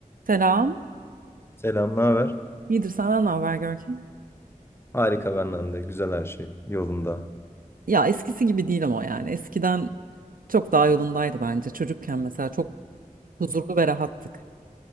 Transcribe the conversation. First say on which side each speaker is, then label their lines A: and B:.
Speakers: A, on the right; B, on the left.
A: Selam.
B: Selam, ne haber?
A: İyidir senden ne haber Görkem?
B: Harika benden de. Güzel her şey. Yolunda.
A: Ya eskisi gibi değil ama yani eskiden çok daha yolundaydı bence. Çocukken mesela çok huzurlu ve rahattık.